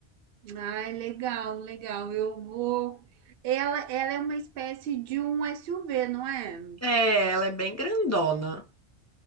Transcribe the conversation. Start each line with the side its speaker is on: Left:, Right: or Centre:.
Right: Ah, legal, legal. Eu vou. Ela, ela é uma espécie de um SUV, não é?
Left: É, ela é bem grandona,